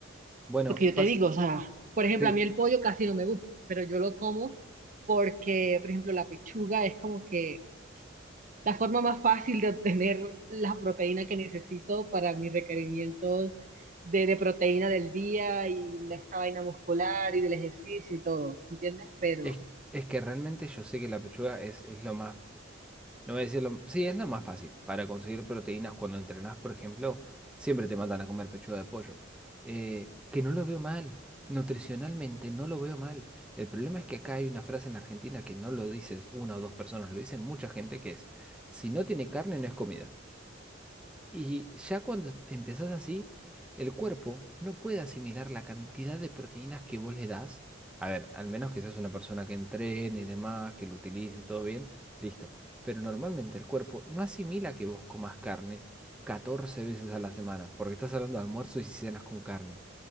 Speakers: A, in the centre; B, on the right.
A: Bueno,
B: Porque yo
A: paz.
B: te digo, o sea, por ejemplo,
A: sí.
B: a mí el pollo casi no me gusta, pero yo lo como porque, por ejemplo, la pechuga es como que la forma más fácil de obtener la proteína que necesito para mis requerimientos de, de proteína del día y de esta vaina muscular y del ejercicio y todo, ¿entiendes? Pero,
A: Es, es que realmente yo sé que la pechuga es, es lo más, no voy a decir lo, sí, es lo más fácil para conseguir proteínas cuando entrenás, por ejemplo, siempre te mandan a comer pechuga de pollo. Eh, que no lo veo mal, nutricionalmente no lo veo mal. El problema es que acá hay una frase en Argentina que no lo dices una o dos personas, lo dicen mucha gente que es, si no tiene carne no es comida. Y ya cuando empezás así, el cuerpo no puede asimilar la cantidad de proteínas que vos le das. A ver, al menos que seas una persona que entrene y demás, que lo utilices, todo bien, listo. Pero normalmente el cuerpo no asimila que vos comas carne 14 veces a la semana, porque estás hablando de almuerzo y si cenas con carne.